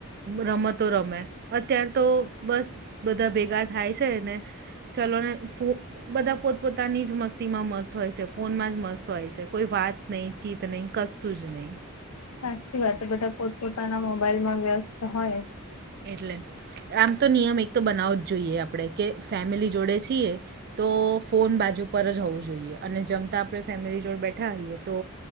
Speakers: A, on the right; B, on the left.
A: રમતો રમે અત્યારે તો બસ બધા ભેગા થાય છે ને ચલોને ફૂ બધા પોતપોતાની જ મસ્તીમાં મસ્ત હોય છે. ફોનમાં જ મસ્ત હોય છે. કોઈ વાત ચિંત નઈ કસું જ નઈ
B: સાચી વાત છે. બધા પોતપોતાના મોબાઈલમાં વ્યસ્ત હોય.
A: એટલે આમ તો નિયમ એક તો બનાવો જ જોઈએ આપડે કે ફેમિલી જોડે છીએ તો ફોન બાજુ પર જ હોવું જોઈએ. અને જમતા આપડે ફેમિલી જોડે બેઠા હોઈએ તો